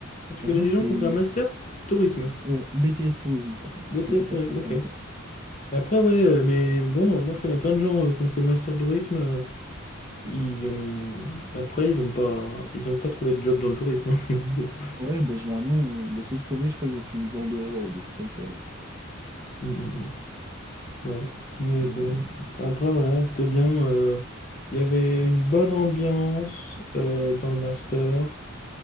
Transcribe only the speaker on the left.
Tu
connais
des
gens qui ont fait un master? Tourisme.
BTS
tourisme,
ok. Et
Après, ouais, euh, mais bon, euh, moi je connais plein de gens euh, qui ont fait master tourisme. euh,
ils ont... Après, ils ont pas... ils ont pas trouvé de job dans le tourisme. <laughs> Bon.
Mm, mm, mm. Ouais, mais
bon, après voilà, c'était bien. euh, Il y avait une bonne ambiance euh, dans le master.